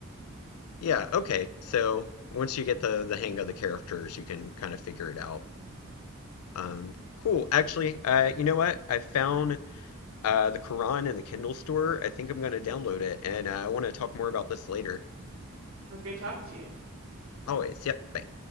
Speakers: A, on the left; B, on the right.
A: Yeah, okay. So once you get the the hang of the characters, you can kind of figure it out. Um, cool. Actually, uh, you know what? I found uh, the Quran in the Kindle store. I think I'm going to download it, and uh, I want to talk more about this later.
B: But great talking to you.
A: Always. Yep. Bye.